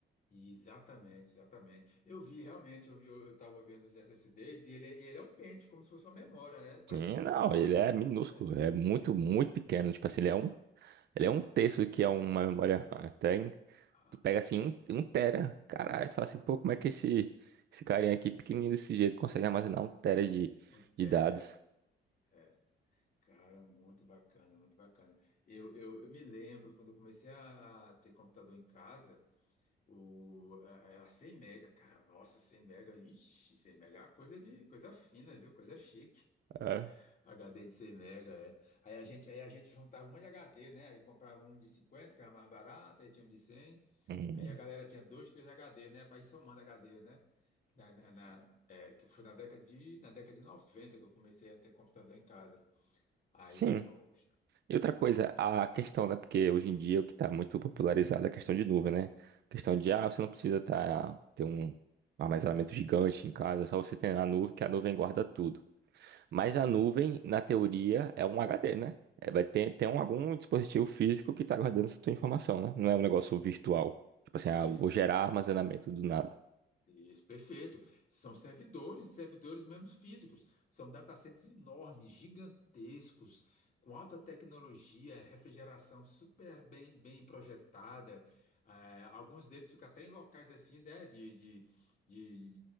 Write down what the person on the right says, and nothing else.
Sim,
não,
ele
é
minúsculo,
é muito,
muito pequeno. Tipo assim, ele é um, ele é um terço do que é uma memória RAM. Até
Tu pega assim um, um tera, caralho, tu fala assim, pô, como é que esse, esse carinha aqui, pequenininho desse jeito, consegue armazenar um tera de,
de dados?
É.
Hum,
Sim.
E outra coisa, a questão, né? Porque hoje em dia o que está muito popularizado é a questão de nuvem, né? A questão de, ah, você não precisa tá, ter um armazenamento gigante em casa, só você tem a nuvem, que a nuvem guarda tudo. Mas a nuvem, na teoria, é um HD, né? É, vai ter, tem um- algum dispositivo físico que está guardando essa tua informação, né? Não é um negócio virtual. Tipo assim,
ah, vou gerar armazenamento do nada.